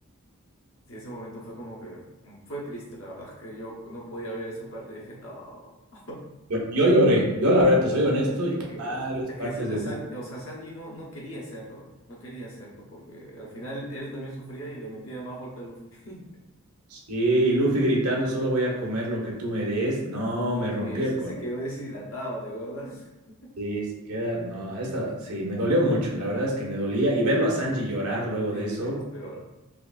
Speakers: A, on the left (about 65°); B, on the right (about 80°).
A: Sí, ese momento fue como que mm, fue triste, la verdad es que yo no podía ver esa parte y dije, no. <laughs>
B: Yo, yo lloré, yo la verdad, te soy honesto,
A: Y
B: yo
A: es
B: en
A: que,
B: varias
A: es que
B: partes
A: es un de
B: de...
A: San- o sea, Sanji no, no quería hacerlo, no quería hacerlo, porque al final él también sufría y le metía más golpe a Luffy.
B: Sí, y Luffy gritando, solo voy a comer lo que tú me des. No, me rompí
A: Oye,
B: el
A: sí
B: corazón.
A: se quedó deshidratado, ¿te acuerdas? <laughs>
B: Sí, se queda. No, esa sí, me dolió mucho. La verdad es que me dolía. Y verlo a Sanji llorar luego
A: Sí,
B: de eso,
A: es lo peor.